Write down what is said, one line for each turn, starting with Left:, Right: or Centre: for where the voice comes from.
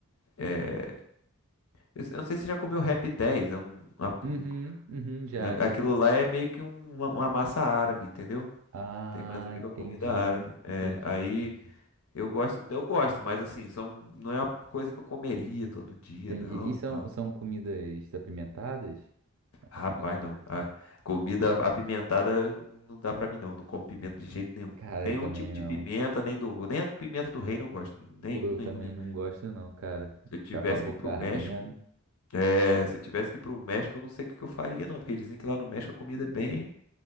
Left: é, Eu eu não sei se você já comeu Rap 10, é um, uma-
Right: Uhum,
Left: um-
Right: uhum, já,
Left: né,
Right: já
Left: aquilo
Right: comi.
Left: lá é meio que um- uma, uma massa árabe, entendeu?
Right: Ah,
Left: Tem mais a ver
Right: entendi,
Left: com a comida árabe. É,
Right: entendi,
Left: aí
Right: entendi.
Left: eu gosto, eu gosto, mas assim, são, não é uma coisa que eu comeria todo dia,
Right: Entendi.
Left: não,
Right: E
Left: e
Right: são,
Left: tal.
Right: são comidas apimentadas?
Left: Rapaz,
Right: Não é culinária?
Left: não. A comida apimentada não dá pra mim não, não como pimenta de jeito nenhum.
Right: Cara,
Left: Nenhum
Right: eu também
Left: tipo de
Right: não.
Left: pimenta, nem do, nem a do pimenta do reino eu gosto. Nenhum,
Right: Pô, eu
Left: nenhum,
Right: também
Left: nenhum.
Right: não gosto não, cara.
Left: Se eu tivesse
Right: Ficar com a boca
Left: que ir pro México,
Right: ardendo.
Left: é, se eu tivesse que ir pro México, eu não sei o que que eu faria, não, porque dizem que lá no México a comida é bem